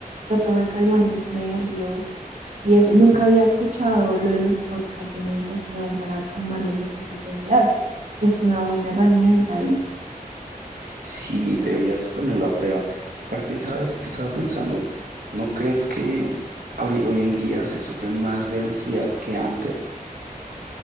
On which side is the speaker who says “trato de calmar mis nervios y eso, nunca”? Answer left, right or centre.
Right